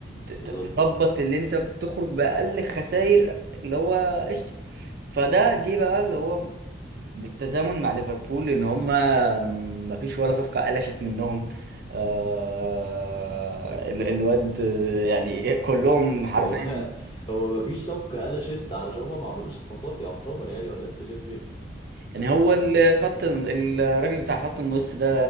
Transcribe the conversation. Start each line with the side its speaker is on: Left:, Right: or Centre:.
Right: ت- ت-
Left: بالظبط
Right: تظبط اللي انت بتخرج بأقل خسائر اللي هو قشطة فده جه بقى اللي هو بالتزامن مع ليفربول ان هما ما فيش ولا صفقة قلشت منهم آه ال- الواد يعني كلهم حرفيا
Left: هو <laughs> هو مفيش صفقة قلشت علشان هما ما عملوش صفقات يعتبر يعني ولا انت شايف ايه؟
Right: يعني هو الخط الراجل بتاع خط النص ده